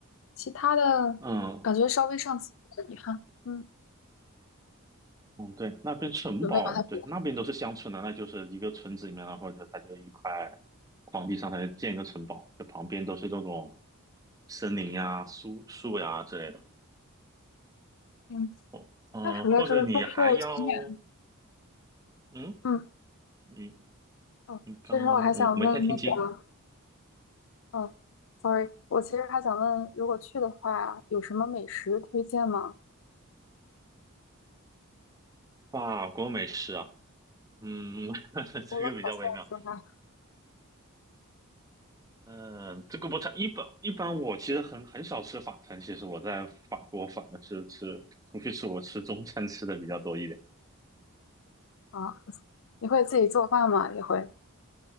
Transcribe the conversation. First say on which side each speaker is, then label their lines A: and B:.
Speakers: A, on the left (about 65°); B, on the right (about 15°).
A: 其他的感觉稍微上次有点遗憾，
B: 嗯
A: 嗯，
B: 嗯，对，那边城堡，
A: 准备把它补回。
B: 对，那边都是乡村的，那就是一个村子里面，然后就它就一块荒地上，它就建一个城堡，就旁边都是这种森林呀、树树呀之类的。
A: 嗯，
B: 哦，嗯、
A: 那除了就是住宿景点，
B: 或者你还要，嗯，
A: 嗯，
B: 你
A: 哦，
B: 你刚我我没太听清，
A: 所以说我还想问那个。哦，sorry，我其实还想问，如果去的话，有什么美食推荐吗？
B: 法国美食啊，嗯，<laughs> 这个比较微妙。
A: 除了可颂之外，
B: 嗯，这个不差。一般一般，我其实很很少吃法餐。其实我在法国反而是吃出去吃，我吃中餐吃的比较多一点。
A: 啊，你会自己做饭吗？也会。